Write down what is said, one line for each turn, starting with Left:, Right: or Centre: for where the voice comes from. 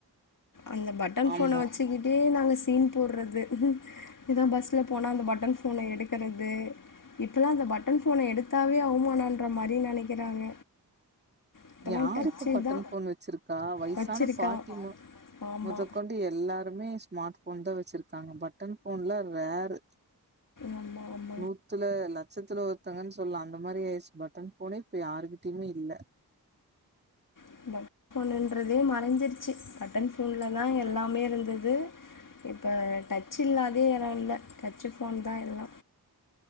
Left: அந்த பட்டன் ஃபோன
Right: ஆமா
Left: வெச்சிக்கிட்டே நாங்க சீன் போட்றது எதோ பஸ்ல போனா அந்த பட்டன் ஃபோன எடுக்குறது இப்பெல்லா அந்த பட்டன் ஃபோன எடுத்தாவே அவ்மானென்ற மாரி நெனைக்கிறாங்க இப்பல்லா
Right: யாரு
Left: டச்சு
Right: இப்ப பட்டன்
Left: இதா
Right: ஃபோன் வெச்சிருக்கா. வய்சான
Left: வச்சிருக்கா
Right: பாட்டி மொ
Left: ஆமா
Right: மொதக்கொண் டு எல்லாருமே ஸ்மார்ட் ஃபோன் தா வெச்சிருக்காங்க. பட்டன் ஃபோன்லா ரேர்ரு
Left: ஆம்மா அம்
Right: நூத்துல லட்சத்துல ஒருத்தங்கன்னு சொல்லா. அந்த மாரி ஆய்ர்சு. பட்டன் ஃபோனே இப்ப யாருகிட்டயுமே இல்ல.
Left: <unintelligible> பண்ணன்றதே மறஞ்சிருச்சி பட்டன் ஃபோன்லதா எல்லாமே இருந்தது இப்ப டச் இல்லாத யாரு இல்ல டச்சு ஃபோன்தா எல்லா